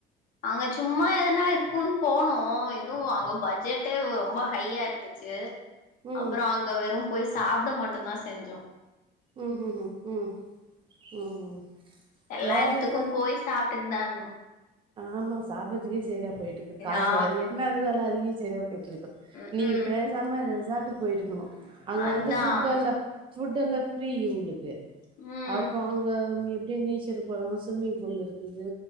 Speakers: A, on the left; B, on the right.
A: அங்க சும்மா எதனா இருக்குன் போனோ எதுவு அங்க பட்ஜெட்டே ரொம்ப ஹையா இருந்து ச்சு
B: ம்
A: அப்பறோ அங்க வெறும்போய் சாப்ட மட்டுந்தா செஞ்சோ
B: ம் ம்ம் ம் ம்
A: எல்லா
B: வேற
A: எடத்துக்கூம்
B: என்ன
A: போய் சாப்டுட்தா இருந்தோ
B: ஆமா சாப்டதுக்கே சரியா போய்ட்டு இப்ப காசு
A: ஆ
B: வாங்கி என்ன இருந்தாலு அதுக்கே சரியா போயிட்ருக்
A: ம்
B: நீங்க
A: ம்
B: பேசாம ரெசார்டுக் போயிருக்கணு அங்க
A: அதா
B: வந்து ஃபுட் எல்லா ஃபுட்டெல்லா ஃப்ரீ இவுங்களுக்கு
A: ம்
B: அப்போ அவுங்க எப்டி நீச்சரு பறோ சும்மிங்ஃபூல் இருக்குது